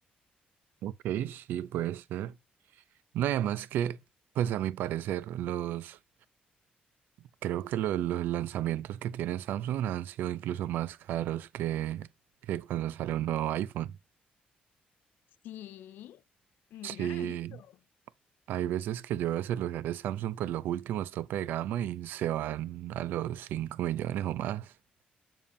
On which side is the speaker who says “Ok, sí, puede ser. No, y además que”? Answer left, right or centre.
Right